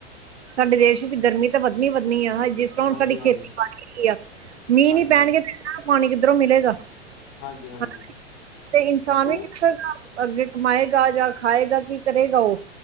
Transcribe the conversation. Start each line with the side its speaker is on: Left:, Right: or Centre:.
Right: ਸਾਡੇ ਦੇਸ਼ ਵਿੱਚ ਗਰਮੀਂ ਤਾਂ ਵੱਧਨੀ ਵੱਧਨੀ ਆ ਜਿਸ ਹੁਣ
Left: ਹਾਂਜੀ
Right: ਸਾਡੀ
Left: ਹਾਂਜੀ
Right: ਖੇਤੀ ਬਾੜੀ ਹੇਗੀ ਆ ਮੀਂਹ
Left: ਹਾਂਜੀ
Right: ਨੀ ਪੇਣਗੇ ਤੇ ਇਹਨਾ ਨੂੰ ਪਾਣੀ ਕਿੱਧਰੋਂ ਮਿਲੇਗਾ।
Left: ਹਾਂਜੀ ਹਾਂਜੀ
Right: ਹ ਤੇ ਇਨਸਾਨ
Left: ਤੋ
Right: ਵੀ ਕਿੱਧਰ ਦਾ ਅੱਗੇ ਕਮਾਏਗਾ ਜਾਂ ਖਾਏਗਾ ਕੀ ਕਰੇਗਾ ਉਹ